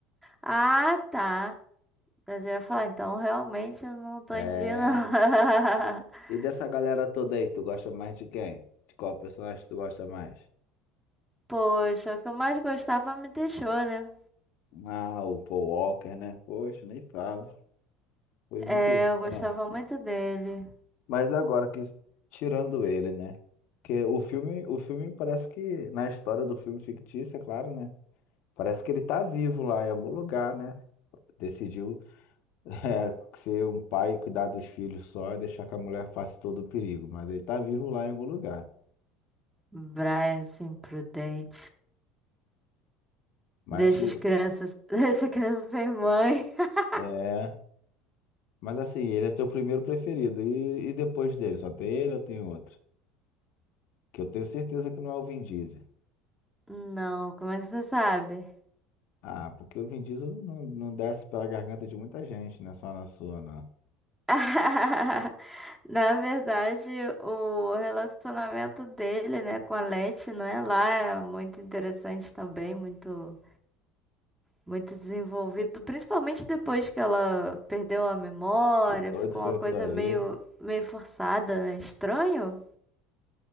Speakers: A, in the centre; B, on the left.
A: Ah, tá. Então, Eu já ia falar, então realmente eu não tô
B: É.
A: em dia, não. <laughs>
B: E dessa galera toda aí, tu gosta mais de quem? De qual personagem tu gosta mais?
A: Poxa, o que eu mais gostava me deixou, né?
B: Ah, o Paul Walker, né? Poxa, nem fala. Foi muito
A: É,
B: ruim,
A: eu gostava
B: né?
A: muito dele.
B: Mas agora que tirando ele, né? Porque o filme, o filme parece que na história do filme fictício, é claro, né? Parece que ele tá vivo lá em algum lugar, né? Decidiu <laughs> é, ser um pai e cuidar dos filhos só e deixar que a mulher faça todo o perigo, mas ele tá vivo lá em algum lugar.
A: Brian, assim, prudente.
B: Mas
A: Deixa
B: te-
A: as crianças. <laughs> Deixa as crianças sem mãe. <laughs>
B: é, mas assim, ele é teu primeiro preferido e, e depois dele, só tem ele ou tem outro? Que eu tenho certeza que não é o Vin Diesel.
A: Não, como é que você sabe?
B: Ah, porque o Vin Diesel não, não desce pela garganta de muita gente, não é só na sua, não.
A: <laughs> Na verdade, o relacionamento dele, né, com a Leti, não é lá, é muito interessante também, muito muito desenvolvido, principalmente depois que ela perdeu a memória,
B: Que doido
A: ficou
B: foi
A: uma
B: aquilo
A: coisa
B: ali.
A: meio meio forçada, né? Estranho.